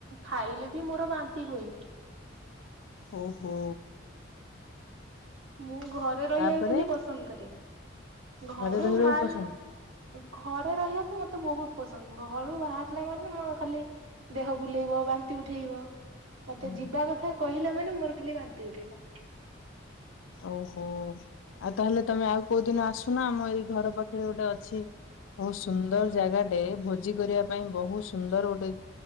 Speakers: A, on the right; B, on the left.
A: ଖାଇଲେ ବି ମୋର ବାନ୍ତି ହୁଏ।
B: ଓହୋ।
A: ମୁଁ ଘରେ ରହିବାକୁ
B: ତାପରେ
A: ଖାଲି ପସନ୍ଦ କରେ ଘରୁ
B: ଘରେ ରହିବାକୁ
A: ଭଲ।
B: ପସନ୍ଦ
A: ଘରେ ରହିବାକୁ ମତେ ବହୁତ ପସନ୍ଦ ଘରୁ ବାହାରିଲା ମାନେ ମୋ ଖାଲି ଦେହ ବୁଲେଇବ ବାନ୍ତି ଉଠେଇବ ମତେ
B: ହୁଁ
A: ଯିବା
B: ହୁଁ।
A: କଥା କହିଲା। ମାନେ ମୋର ଖାଲି ବାନ୍ତି ଉଠେଇ ଆ
B: ଓହୋ ଆଉ ତାହେଲେ ତମେ ଆଉ କୋଉଦିନ ଆସ ଶୁନା ଆମ ଏଇ ଘର ପାଖରେ ଗୋଟେ ଅଛି। ବହୁତ ସୁନ୍ଦର ଜାଗାଟେ ଭୋଜି କରିବା ପାଇଁ ବହୁତ ସୁନ୍ଦର ଗୋଟେ